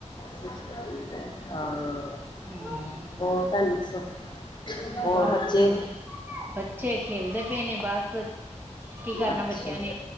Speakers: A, on the left; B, on the right.
A: ਸਿਸਟਰ ਠੀਕ ਆ, ਹਾਂ,
B: ਹਮ
A: ਹੋਰ ਭੈਣ ਜੀ ਦੱਸੋ? ਹੋਰ
B: ਬਸ
A: ਬੱਚੇ
B: ਬੱਚੇ ਖੇਲਦੇ ਪਏ ਨੇ ਬਸ। ਕੀ ਕਰਨਾ
A: ਅੱਛਾ
B: ਬੱਚਿਆਂ ਨੇ